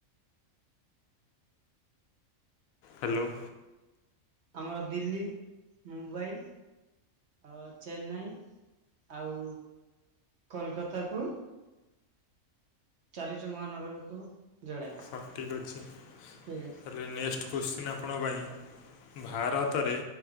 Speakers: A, on the left (about 80°); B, on the right (about 55°).
A: ହ୍ୟାଲୋ।
B: ଆମର ଦିଲ୍ଲୀ, ମୁମ୍ବାଇ ଆଉ ଚେନ୍ନାଇ ଆଉ କୋଲକାତାକୁ ଚାରି ଟି ମହାନଗରକୁ ଯୋଡ଼େ
A: ସଠିକ୍ ଅଛି
B: ଠିକ୍ ଅଛି
A: ତା ରେ ନେକ୍ସଟ୍ କୋତ୍ସିନ୍ ଆପଣଙ୍କ ପାଇଁ ଭାରତରେ